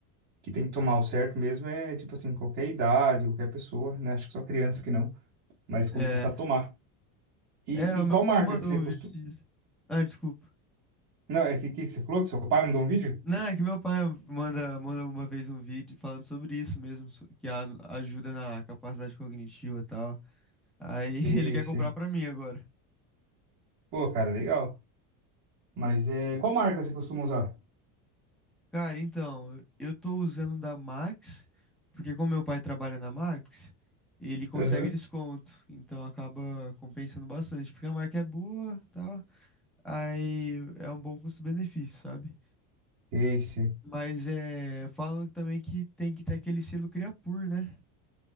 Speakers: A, on the right; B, in the centre.
A: que tem que tomar o certo mesmo é tipo assim, qualquer idade, qualquer pessoa, né? Acho que só criança que não, mas começar
B: É.
A: a tomar. E,
B: É, o
A: e
B: meu
A: qual marca
B: pai mandou
A: que você
B: um
A: costuma.
B: vídeo disso. Ah, desculpa.
A: Não, é que, que que você falou que seu pai mandou um vídeo?
B: Não, é que meu pai manda, manda uma vez um vídeo falando sobre isso mesmo, so- que a- ajuda na capacidade cognitiva e tal. Aí
A: Sei,
B: <laughs> ele quer
A: sei.
B: comprar pra mim agora.
A: Pô, cara, legal. Mas é, qual marca você costuma usar?
B: Cara, então, eu tô usando um da Max, porque como meu pai trabalha na Max, ele consegue
A: Aham.
B: desconto. Então acaba compensando bastante, porque a marca é boa, tal. Aí é um bom custo-benefício, sabe?
A: Sei, sei.
B: Mas é, falam também que tem que ter aquele selo Creapure, né?